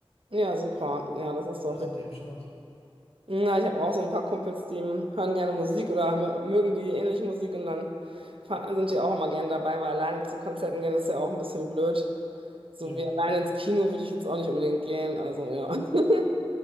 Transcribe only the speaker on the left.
Da sind
die am Start.
Ja.